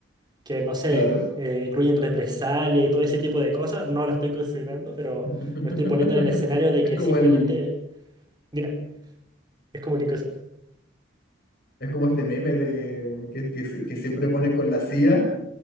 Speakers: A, on the right; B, on the left.
A: que no sé,
B: Claro.
A: eh, incluyen represalia y todo ese tipo de cosas, no las estoy considerando, pero
B: <laughs>
A: me estoy poniendo en el escenario de
B: Es
A: que
B: como
A: simplemente,
B: el,
A: mira, es como que
B: es como este meme de que, que, se- que siempre ponen con la CIA